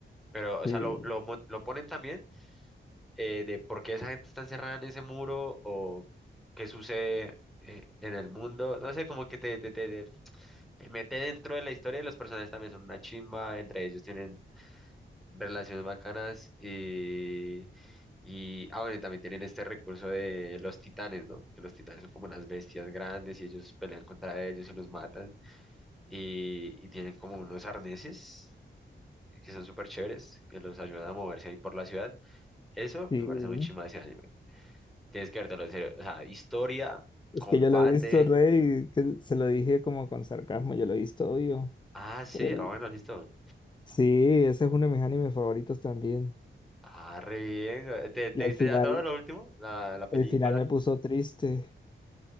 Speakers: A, in the centre; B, on the left (about 25°).
A: Pero, o
B: Sí,
A: sea, lo, lo, mo- lo ponen también eh, de por qué esa gente está encerrada en ese muro o qué sucede eh, en el mundo. No sé, como que te, te, te- te te mete dentro de la historia de los personajes también son una chimba, entre ellos tienen relaciones bacanas y, y, ah, bueno, y también tienen este recurso de los titanes, ¿no? Que los titanes son como unas bestias grandes y ellos pelean contra ellos y los matan y, y tienen como unos arneses que son súper chéveres, que los ayudan a moverse ahí por la ciudad. Eso
B: sí.
A: me parece muy chimba de ese anime. Tienes que vértelo en serio. O sea, historia,
B: Es
A: combate.
B: que yo lo he visto, Rey, que se lo dije como con sarcasmo, yo lo he visto, obvio.
A: Ah, sí,
B: El-
A: ah, bueno, listo.
B: Sí, ese es uno de mis animes favoritos también.
A: Ah, re bien. ¿Te, te
B: Y al
A: viste
B: final,
A: ya todo lo último? La, la película.
B: el final me puso triste